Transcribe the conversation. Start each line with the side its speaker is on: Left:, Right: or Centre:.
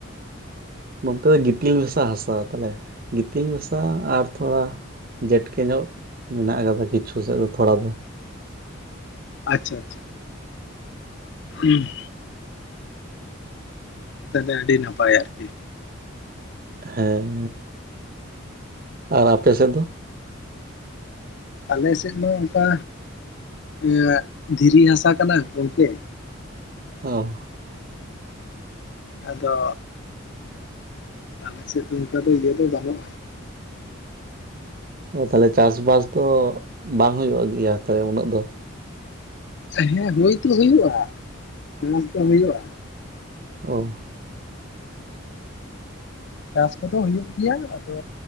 Right: ᱱᱚᱛᱮ ᱫᱚ ᱜᱤᱛᱤᱞ ᱢᱮᱥᱟ ᱦᱟᱥᱟ ᱛᱟᱞᱮ ᱜᱤᱛᱤᱞ ᱢᱮᱥᱟ ᱟᱨ ᱛᱷᱚᱲᱟ ᱡᱮᱴᱠᱮ ᱧᱚᱜ ᱢᱮᱱᱟᱜ ᱠᱟᱫᱟ ᱠᱤᱪᱷᱩ ᱥᱮᱫ ᱫᱚ ᱛᱷᱚᱲᱟ ᱫᱚ᱾
Left: ᱟᱪᱪᱷᱟ ᱟᱪᱪᱷᱟ᱾ ᱦᱩᱸ, ᱛᱟᱦᱚᱞᱮ ᱫᱚ ᱟᱹᱰᱤ ᱱᱟᱯᱟᱭᱟ ᱟᱨᱠᱤ᱾
Right: ᱦᱮᱸ, ᱟᱨ ᱟᱯᱮ ᱥᱮᱫ ᱫᱚ?
Left: ᱟᱞᱮᱥᱮᱫ ᱫᱚ ᱚᱱᱠᱟ, ᱮᱜ ᱫᱷᱤᱨᱤ ᱦᱟᱥᱟ ᱠᱟᱱᱟ ᱜᱚᱝᱠᱮ᱾
Right: ᱳᱦᱸ
Left: ᱟᱫᱚ ᱟᱞᱮ ᱥᱮᱫ ᱚᱱᱠᱟ ᱫᱚ ᱤᱭᱟᱹ ᱫᱚ ᱵᱟᱹᱱᱩᱜᱼᱟ᱾
Right: ᱚ ᱛᱟᱦᱚᱞᱮ ᱪᱟᱥᱵᱟᱥ ᱫᱚ, ᱵᱟᱝ ᱦᱳᱭᱳᱜ ᱜᱮᱭᱟ, ᱛᱟᱦᱞᱮ ᱩᱱᱟᱹᱜ ᱫᱚ?
Left: ᱦᱮᱸ ᱦᱳᱭᱛᱚ ᱦᱳᱭᱳᱜᱼᱟ, ᱱᱚᱛᱮ ᱦᱳᱭᱳᱜᱼᱟ᱾
Right: ᱚ,
Left: ᱪᱟᱥ ᱠᱚᱫᱚ ᱦᱳᱭᱩᱜ ᱜᱮᱭᱟ, ᱟᱫᱚ